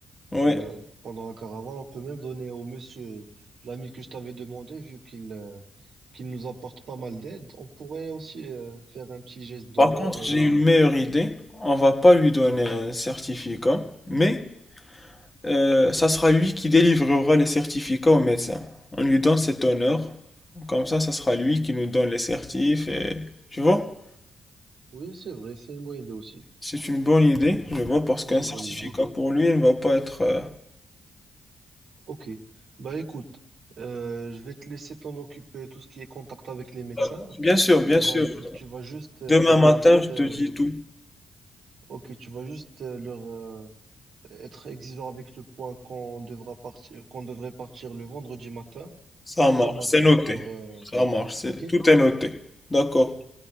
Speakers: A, on the left; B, on the right.
A: Oui.
B: Euh, pendant la caravane, on peut même donner au monsieur, l'ami que je t'avais demandé, vu qu'il euh, qu'il nous apporte pas mal d'aide, on pourrait aussi euh, faire un petit geste d'honneur
A: Par contre,
B: et
A: j'ai
B: euh,
A: une meilleure idée. On va pas lui donner un certificat, mais euh, ça sera lui qui délivrera les certificats au médecin. On lui donne cet honneur. Comme ça, ça sera lui qui nous donne les certifs. Et... Tu vois?
B: oui, c'est vrai, c'est une bonne idée aussi.
A: C'est une bonne idée, je vois, parce qu'un
B: C'est une
A: certificat
B: bonne idée.
A: pour lui, il ne va pas être... euh,
B: Ok. Bah écoute, euh, je vais te laisser t'en occuper tout ce qui est contact avec les médecins.
A: euh, Bien sûr, bien
B: Tu vas
A: sûr.
B: tu vas juste
A: Demain
B: tu vas
A: matin,
B: juste
A: je te
B: euh,
A: dis tout.
B: ok, tu vas juste euh, leur euh, être exigeant avec le point qu'on devra partir, qu'on devrait partir le vendredi matin,
A: Ça
B: très
A: marche,
B: tôt le matin
A: c'est noté.
B: pour, euh,
A: Ça marche, c'est...
B: ok?
A: tout est noté. D'accord.